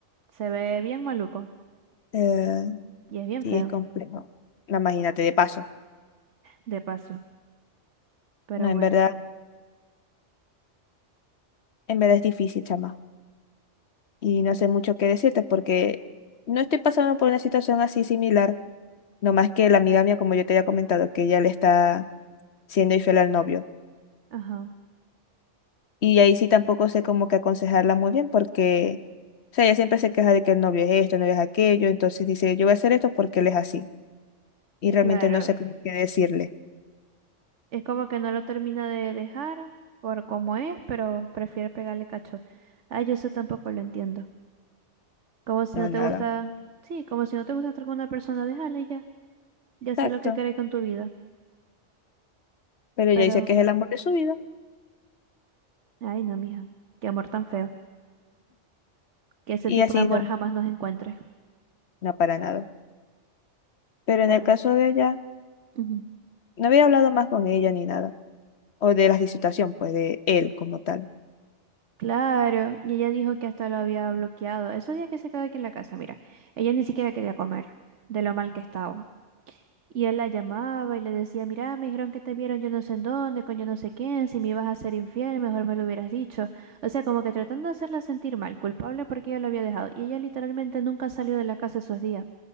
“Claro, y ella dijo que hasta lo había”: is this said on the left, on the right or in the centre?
Right